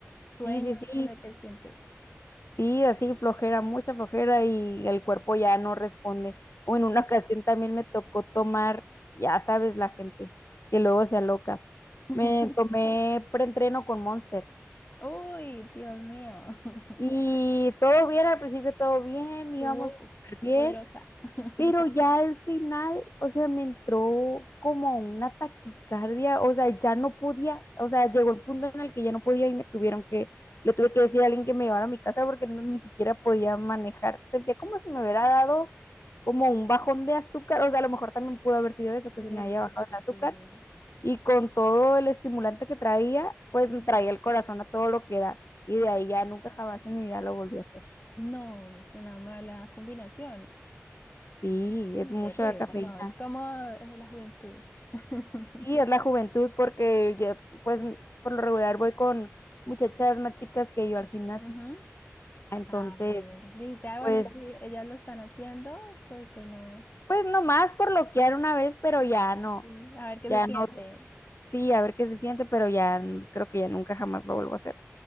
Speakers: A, on the left (about 40°); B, on the left (about 60°).
A: sueño,
B: sí, sí, sí,
A: no sé qué sientes.
B: Sí, así flojera, mucha flojera y el cuerpo ya no responde. O en una <laughs> ocasión también me tocó tomar, ya sabes, la gente que luego se aloca.
A: <laughs>
B: Me tomé preentreno con Monster
A: Uy, Dios mío. <laughs>
B: y todo bien, al principio todo bien,
A: Tú,
B: íbamos
A: wow,
B: súper
A: soy
B: bien.
A: poderosa. <laughs>
B: Pero ya al final, o sea, me entró como una taquicardia, o sea, ya no podía, o sea, llegó el punto en el que ya no podía y me tuvieron que, le tuve que decir a alguien que me llevara a mi casa porque no, ni siquiera podía manejar. Sentía como si me hubiera dado como un bajón de azúcar, o sea, a lo mejor también pudo haber sido eso, que
A: Sí,
B: se me haya bajado
A: sí, sí,
B: el azúcar,
A: sí.
B: y con todo el estimulante que traía, pues traía el corazón a todo lo que da, y de ahí ya nunca jamás en mi vida lo volví a hacer.
A: No, es una mala combinación.
B: Sí, es
A: Y
B: mucha
A: terrible.
B: cafeína.
A: No, es como eh, la juventud. <laughs>
B: Sí, es la juventud porque yo, pues, por lo regular voy con muchachas más chicas que yo al gimnasio.
A: Ujú.
B: Entonces,
A: Ah, bueno. Dijiste, ah,
B: pues,
A: bueno, sí, ellas lo están haciendo, porque no?
B: pues nomás por loquear una vez, pero ya no,
A: Sí, A ver qué
B: ya
A: se siente.
B: no, sí, a ver qué se siente, pero ya n- creo que ya nunca jamás lo vuelvo a hacer.